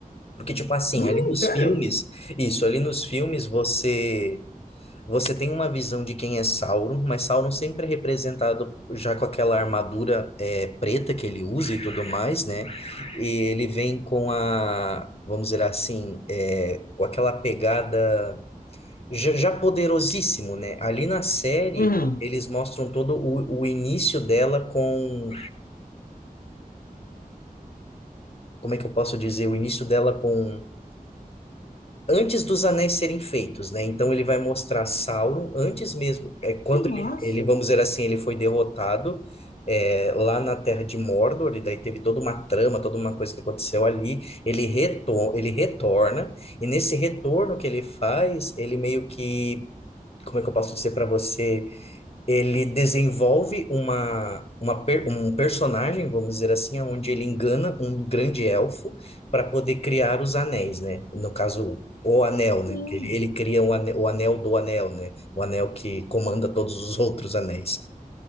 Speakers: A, on the left; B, on the left.
A: Porque, tipo assim,
B: Hum,
A: ali nos
B: sério?
A: filmes, isso, ali nos filmes você você tem uma visão de quem é Sauron, mas Sauron sempre é representado já com aquela armadura é, preta que ele usa e tudo mais, né? E ele vem com a, vamos dizer assim, é, com aquela pegada já, já poderosíssimo, né? Ali na série,
B: Uhum.
A: eles mostram todo o, o início dela com. Como é que eu posso dizer? O início dela com. Antes dos anéis serem feitos, né? Então ele vai mostrar Sauron antes mesmo. É quando
B: Que massa.
A: ele, ele, vamos dizer assim, ele foi derrotado é, lá na Terra de Mordor, e daí teve toda uma trama, toda uma coisa que aconteceu ali. Ele, retor ele retorna, e nesse retorno que ele faz, ele meio que. Como é que eu posso dizer para você? Ele desenvolve uma, uma per- um personagem, vamos dizer assim, onde ele engana um grande elfo para poder criar os anéis, né? No caso, o anel, né?
B: Hum,
A: Porque Ele, ele cria o ane- o anel, do anel, né? O anel que comanda todos os outros anéis.